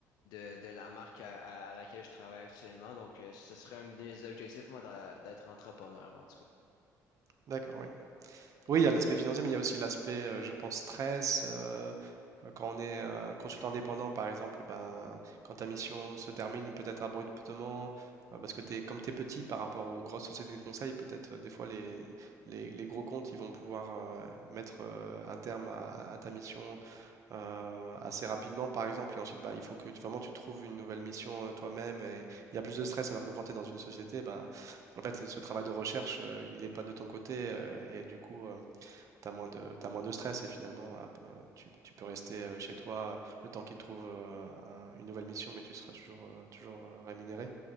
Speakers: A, on the left (about 85°); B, on the right (about 55°).
A: de, de la marque à, à- laquelle je travaille actuellement. Donc, euh, ce serait un de mes objectifs, moi, d'a- d'être entrepreneur, en tout cas.
B: D'accord, oui. Oui, il y a l'aspect financier, mais il y a aussi l'aspect, euh, je pense, stress. euh, euh, quand on est euh, consultant indépendant, par exemple, ben, quand ta mission se termine peut-être abruptement, euh, parce que t'es, comme tu es petit par rapport aux grosses sociétés de conseil, peut-être euh, des fois les, les, les gros comptes, ils vont pouvoir euh, mettre euh, un terme à, à ta mission euh, assez rapidement, par exemple. Et ensuite, bah, il faut que tu- vraiment tu trouves une nouvelle mission euh, toi-même. Et il y a plus de stress, alors que quand tu es dans une société, bah, en fait, ce travail de recherche, euh, il n'est pas de ton côté. euh, et du coup, tu as moins de, t'as moins de stress. Et finalement, ah, bah, tu, tu peux rester euh, chez toi euh, le temps qu'ils trouvent euh, un- une nouvelle mission, mais tu seras toujours, euh, toujours euh, rémunéré.